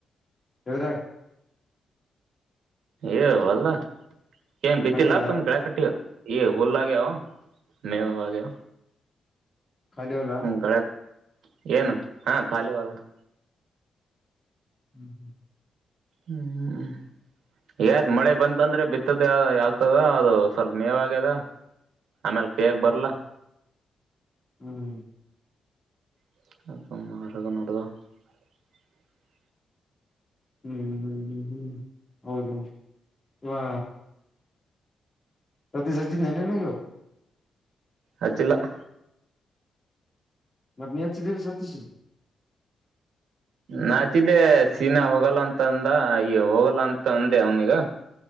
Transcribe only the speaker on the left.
ವರಾಟ್ <unintelligible>
ಖಾಲಿ ಹೊಲ
ಖಾಲಿ ಹೊಲ
<unintelligible>
ಹ್ಮ್ ಹ್ಮ್
ಹ್ಮ್ ಹ್ಮ್ ಹ್ಮ್ ಹ್ಮ್ ಹೌದ <unintelligible> ವಾ ಸತಿ <unintelligible>
ಮತ್ತ ನೀ ಹೆಚ್ಚಿದ್ದಿಲ್ಲ <unintelligible>